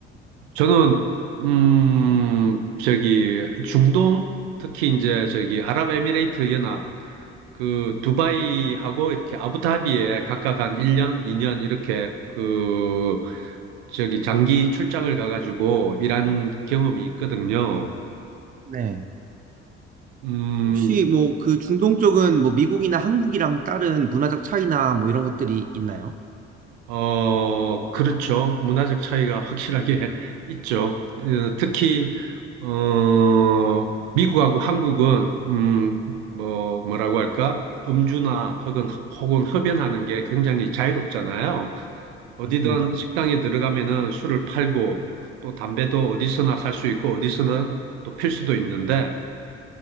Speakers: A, on the right (about 65°); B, on the right (about 25°).
A: 저는 음 저기 중동 특히 이제 저기 아랍에미레이트 연합 그 두바이하고 이렇게 아부다비에 각각 한 1년, 2년 이렇게 그 저기 장기 출장을 가가지고 일한 경험이 있거든요.
B: 네.
A: 음
B: 혹시 뭐 그 중동 쪽은 뭐 미국이나 한국이랑 다른 문화적 차이나 뭐 이런 것들이 있나요?
A: 어, 그렇죠. 문화적 차이가 확실하게 <laughs> 있죠. 어, 특히, 어, 미국하고 한국은, 음, 뭐, 뭐라고 할까? 음주나 혹은, 혹은 흡연하는 게 굉장히 자유롭잖아요. 어디든
B: 맞습니다.
A: 식당에 들어가면은 술을 팔고 또 담배도 어디서나 살 수 있고 어디서는 또 필 수도 있는데,